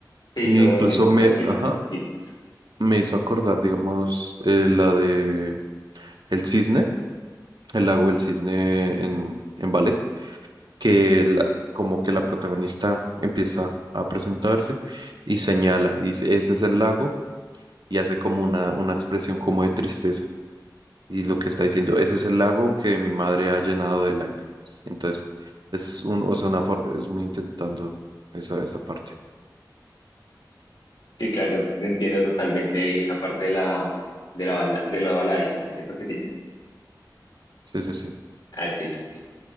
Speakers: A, on the left; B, on the right.
A: sí,
B: E
A: son
B: incluso
A: movimientos
B: me,
A: así más
B: ajá,
A: activos.
B: me hizo acordar, digamos, eh, la de El Cisne, el lago del Cisne en, en ballet. que la- como que la protagonista empieza a presentarse y señala, y dice, ese es el lago, y hace como una, una expresión como de tristeza. Y lo que está diciendo, ese es el lago que mi madre ha llenado de lágrimas. Entonces, es un, o sea, una for- es muy intentando esa, esa parte.
A: Sí, claro, entiendo totalmente esa parte de la, de la bala, de la bala, dijiste, ¿cierto que sí?
B: Sí, sí, sí,
A: Ah, sí, sí, sí.